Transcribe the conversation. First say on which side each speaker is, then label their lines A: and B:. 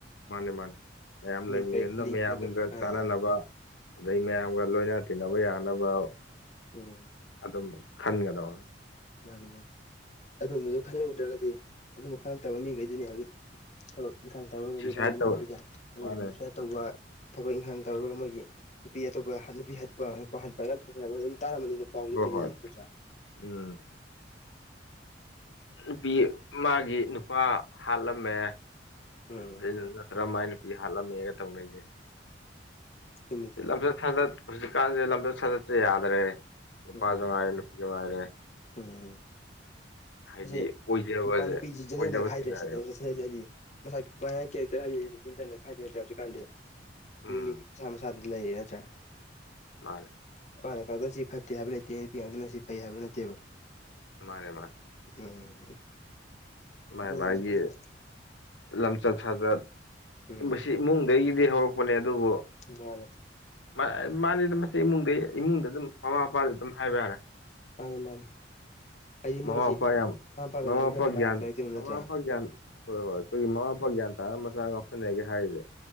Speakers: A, on the left; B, on the left.
A: ꯃꯥꯅꯦ ꯃꯥꯅꯦ꯫ ꯃꯌꯥꯝ
B: ꯃꯤꯅ
A: ꯂꯩꯃꯤꯟꯅ
B: ꯀꯔꯤ ꯈꯜꯂꯤ
A: ꯃꯌꯥꯝꯒ
B: ꯑꯥ
A: ꯆꯥꯟꯅꯅꯕ ꯑꯗꯩ ꯃꯌꯥꯝꯒ ꯂꯣꯏꯅ ꯇꯤꯟꯅꯕ ꯌꯥꯅꯕ꯫
B: ꯎꯝ
A: ꯑꯗꯨꯝ ꯈꯟꯒꯗꯧꯅꯤ꯫
B: ꯃꯥꯅꯤ ꯃꯥꯅꯤ ꯑꯗꯨꯝꯕꯗꯨ ꯈꯜꯍꯧꯗ꯭ꯔꯒꯗꯤ, ꯑꯗꯨꯝꯕ ꯈꯪꯉꯛꯇꯕ ꯃꯤꯈꯩꯗꯨꯅꯤ ꯍꯧꯖꯤꯛ ꯈꯛ ꯏꯪꯈꯥꯡ ꯇꯧꯔꯒꯁꯨ
A: ꯁꯨꯏꯁꯥꯏꯠ
B: ꯀꯔꯤꯒꯨꯝꯕ
A: ꯇꯧ
B: ꯃꯣꯏꯗ ꯎꯝ
A: ꯃꯥꯅꯦ
B: ꯁꯨꯋꯥꯏ ꯇꯧꯕ, ꯊꯕꯛ ꯏꯪꯈꯥꯡ ꯇꯧꯔꯒ ꯃꯣꯏꯒꯤ ꯅꯨꯄꯤ ꯑꯇꯣꯞꯄ ꯍꯠ ꯅꯨꯄꯤ ꯍꯠꯄ ꯅꯨꯄꯥ ꯍꯠꯄ ꯌꯥꯝ ꯊꯦꯡꯅꯕ ꯑꯗꯨꯝ ꯇꯥꯔꯝꯝꯕꯅꯤꯅ ꯄꯥꯎꯁꯨ
A: ꯍꯣꯏ
B: ꯇꯤꯕꯤꯗꯁꯨ
A: ꯍꯣꯏ
B: ꯅꯠꯇ꯭ꯔꯥ?
A: ꯎꯝ
B: ꯑ <inaudible>
A: ꯅꯨꯄꯤ ꯃꯥꯒꯤ ꯅꯨꯄꯥ ꯍꯥꯠꯂꯝꯃꯦ,
B: ꯎꯝ
A: ꯑꯗꯨ ꯅꯠꯇ꯭ꯔ ꯃꯥꯏ ꯅꯨ ꯄꯤ ꯍꯥꯠꯂꯝꯃꯦꯒ ꯇꯧꯅꯩꯁꯦ꯫
B: ꯆꯨꯝꯃꯤ ꯆꯨꯝꯃꯤ
A: ꯂꯝꯆꯠ ꯁꯥꯖꯠ, ꯍꯧꯖꯤꯛꯀꯥꯟꯁꯦ ꯂꯝꯆꯠ ꯁꯥꯖꯠꯁꯦ ꯌꯥꯗꯔꯦ꯫ ꯅꯨꯄꯥꯁꯨ
B: ꯎꯝ
A: ꯉꯥꯏꯔꯦ ꯅꯨꯄꯤꯁꯨ ꯉꯥꯏꯔꯦ꯫
B: ꯎꯝ
A: ꯍꯥꯏꯗꯤ
B: ꯑꯁꯤ
A: ꯑꯣꯏꯖꯕꯁꯦ
B: ꯅꯨꯄꯥ ꯅꯨꯄꯤꯁꯤ ꯖꯦꯟꯗꯔ
A: ꯑꯣꯏꯖꯕ
B: ꯈꯥꯏꯗ꯭ꯔꯦ
A: ꯊꯤꯅꯔꯦ
B: <unintelligible> ꯏꯁꯥ ꯁꯥꯒꯤ ꯃꯁꯥꯒꯤ <unintelligible> ꯀꯦꯔꯦꯛꯇꯔ ꯍꯥꯏꯁꯦ ꯖꯦꯟꯗꯔꯅ ꯈꯥꯏꯗꯦ ꯅꯠꯇ꯭ꯔꯥ? ꯍꯧꯖꯤꯛꯀꯥꯟꯗꯤ
A: ꯎꯝ
B: ꯃꯤ ꯃꯤꯒꯤ ꯃꯁꯥ ꯃꯁꯥꯗ ꯂꯩꯔꯦ ꯅꯠꯇ꯭ꯔꯥ?
A: ꯃꯥꯅꯦ꯫
B: ꯅꯨꯄꯥ ꯉꯥꯛꯇꯅ ꯁꯤ ꯐꯠꯇꯦ ꯍꯥꯏꯕ ꯂꯩꯇꯦ ꯅꯨꯄꯤ ꯉꯥꯛꯇꯅ ꯁꯤ ꯐꯩ ꯍꯥꯏꯕ ꯅꯠꯇꯦꯕ꯫
A: ꯃꯥꯅꯦ ꯃꯥꯅꯦ꯫
B: ꯎꯝ
A: ꯃꯥꯥꯏ
B: ꯑꯗꯨꯅ
A: ꯃꯥꯒꯤ
B: ꯍꯧꯖꯤꯛꯀꯥꯟꯁꯦ
A: ꯂꯝꯆꯠ ꯁꯥꯖꯠ
B: ꯎꯝ
A: ꯃꯁꯤ ꯏꯃꯨꯡꯗꯒꯤꯗꯤ ꯍꯧꯔꯛꯄꯅꯦ ꯑꯗꯨꯕꯨ
B: ꯃꯥꯅꯦ
A: ꯃ ꯃꯥꯅꯤꯗ ꯃꯁꯤ ꯏꯃꯨꯡꯗꯩ ꯏꯃꯨꯡꯗ ꯑꯗꯨꯝ ꯃꯃꯥ ꯃꯄꯥꯗꯩ ꯑꯗꯨꯝ ꯍꯥꯏꯕ ꯌꯥꯔꯦ꯫
B: ꯃꯥꯅꯦ ꯃꯥꯅꯦ꯫ ꯍꯥꯏꯗꯤ
A: ꯃꯃꯥ
B: ꯃꯣꯏꯁꯤ
A: ꯃꯄꯥ
B: ꯃꯃꯥ
A: ꯌꯥꯝ
B: ꯃꯄꯥꯒ
A: ꯃꯃꯥ
B: ꯂꯩꯔꯛꯇ
A: ꯃꯄꯥ
B: ꯀꯅꯒꯥ
A: ꯒ꯭ꯌꯥꯟ
B: ꯂꯩꯔꯛꯇꯣꯏꯅꯣ ꯅꯠꯇ꯭ꯔꯥ?
A: ꯃꯃꯥ ꯃꯄꯥ ꯒ꯭ꯌꯥꯟ ꯍꯣꯏ ꯍꯣꯏ ꯑꯩꯈꯣꯏꯒꯤ ꯃꯃꯥ ꯃꯄꯥ ꯒ꯭ꯌꯥꯟ ꯇꯥꯔ ꯃꯆꯥ ꯉꯥꯎꯁꯟꯅꯩꯒ ꯍꯥꯏꯔꯤꯁꯦ